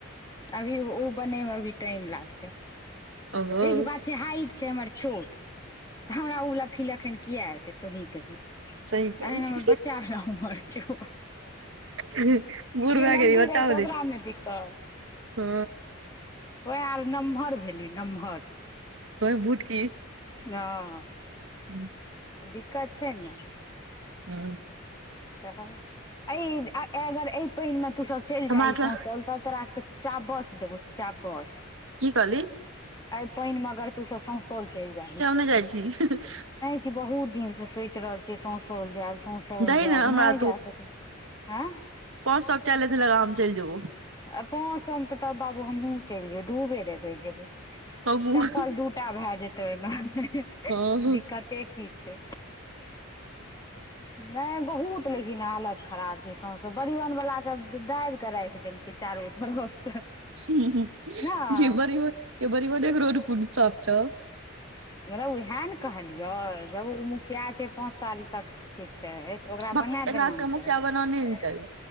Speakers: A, on the left; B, on the right.
A: अभी ओ बनेय मे अभी टाइम लागतै
B: ओहो
A: ठीक
B: हूं
A: बात जे हाइट छै हमर छोट त हमरा ओ वाला फील अखन किया एते तोही कही।
B: सही कहै
A: अहिना हमर
B: छी
A: बच्चा लम्हार छो
B: बूढ़
A: जे
B: भए
A: लम्बी
B: गेली बच्चा
A: रहै छै
B: बनै
A: ओकराने
B: छी
A: दिक्कत
B: हँ
A: ओ आल नमहर भेली नमहर
B: तोर बुच्ची
A: हँ
B: हूँ
A: तऽ दिक्कत छै ने
B: हू
A: तऽ एहि अगर एहि पानि मे तू सब चलि
B: हमरा
A: जाइी
B: तऽ
A: सौसल तब तोरा सभके चाबस देबौ चाबस
B: की कहली
A: एहि पानिमे अगर तूसभ सौसल चलि जाइ ही।
B: कातह जाइ छी।
A: बहुत दिन से सोचि रहल छी सौसल जायब <unintelligible> सौल
B: दही
A: जायब
B: ने हमरा
A: नहि जा सकै एं
B: पाॅंच सौ के चैलेंज लगा हम चलि जेबौ।
A: आ पाँच सौमें तऽ तब बाबू हमहूँ चलि जेबै, दू बेर अयबै जेयबै।
B: हमहूँ
A: चप्पल दूटा भए जेतै ओहिमे, हे हे
B: हँ
A: दिक्कते की छै।
B: <inaudible>
A: नहि बहुत लेकिन हालत खराब छै सौंस परिवहन वला के दाबि कऽ राखि देल। ई चारु तरफ से
B: हूं हूं <unintelligible>
A: नहि
B: रोड कुन साफ छौ
A: मतलब उएह ने कहलियौ जब ओ मुखिया छै पाँच साल तक के छै तब ओकरा
B: भक
A: बनै
B: एकरा
A: देना ने
B: सबके मुखिया
A: चाही
B: बनाने ने चाही